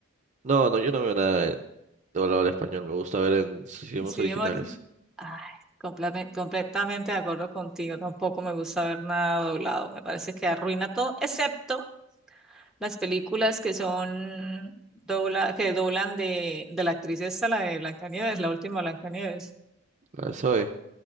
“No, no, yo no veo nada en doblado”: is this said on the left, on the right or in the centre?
Right